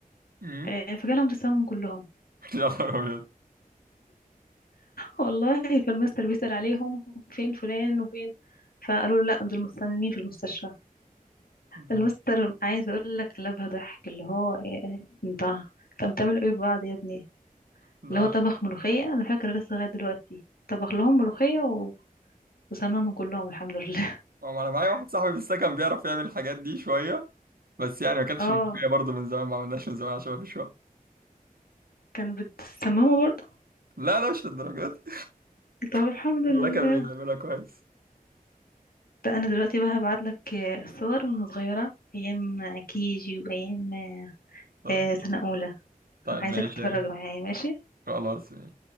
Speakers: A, on the right; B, on the left.
A: أمم،
B: آه، فجالهم تسمم كلهم
A: <laughs> يا نهار ابيض
B: والله فالمستر بيسأل عليهم فين فلان وفين فقالوا له لا دول مصممين في المستشفى
A: ده
B: المستر عايز اقول لك قلبها ضحك اللي هو إيه، انت طب بتعملوا ايه ببعض يا ابني
A: لا
B: اللي هو طبخ ملوخية انا فاكرة لسه لغاية دلوقتي طبخ لهم ملوخية و... وسممهم كلهم الحمد لله
A: هو انا معايا واحد صاحبي في السكن بيعرف يعمل الحاجات دي شويه بس يعني
B: <laughs>
A: ما كانتش
B: اه
A: مجدية برضه من زمان ما عملناش من زمان عشان ما فيش وقت
B: كان بتسممه برضه
A: لا لا مش للدرجات
B: طب الحمد
A: <laughs>
B: لله
A: والله كان بيعملها كويس
B: ده انا دلوقتي بقى هبعت لك صور وانا صغيرة ايام كيجي وايام
A: صح
B: آه، سنة اولى
A: طيب
B: عايزك
A: ماشي
B: تتفرج
A: يا ريت.
B: معايا ماشي
A: خلاص ماشي